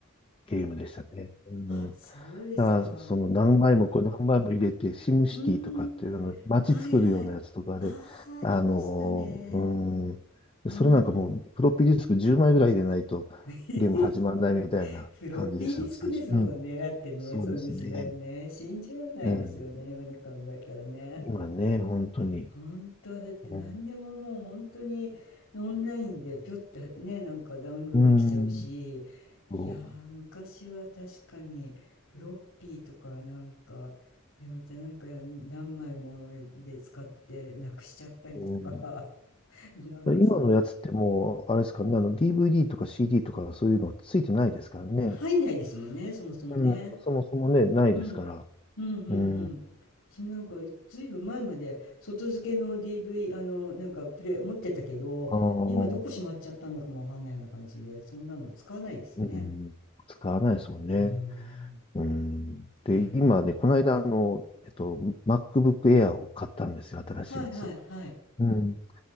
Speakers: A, on the left; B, on the left.
A: ゲームでしたね。うん。
B: あ、
A: だか
B: そうですか。
A: ら、その何枚もこれ何枚も入れて、シムシティとかっていうあの、
B: うん。
A: 街作るようなやつとかで、
B: はいはい。ああ、ありましたね。
A: あのーうん。
B: うん。
A: それなんかもう、フロッピーディスク10枚ぐらい入れないとゲーム始まらないみたいな感じでしたね、
B: <laughs> フロッピーディスクですもんね。
A: 最初。うん。
B: だってね、
A: そうですね。
B: その時代ね。信じられないですよね。
A: うん。
B: 今で考えたらね。
A: 今ね、本当に。
B: 本当だって何でももう本当にオンラインでぴょってねなんかダウンロードできちゃうし
A: うん。うんそ
B: いやー昔は確かにフロッピーとかなんかでまたなんか何枚もで使ってなくしちゃったりとか
A: う。うん。
B: <laughs> なんかそんな
A: 今のやつってもう、あれですからね、あの DVD とか CD とかそういうのついてないですからね。
B: 入んないですもんねそもそもね
A: うん、そもそもね、ないですから。
B: うん。うんうんうん。
A: うん、あ
B: 私もなんかいずいぶん前まで外付けの DV、あの、なんかプレイ持ってたけど、
A: あ、
B: 今どこしまっちゃったんだかもわかんないような感じで、そんなの使わないですよね。
A: うん、使わないですもんね。
B: うん。
A: うん、で、
B: いやー。
A: 今ね、この間、あの、えっと、MacBook Air を買ったんですよ、新しいやつ。
B: はいはいはい。
A: うん。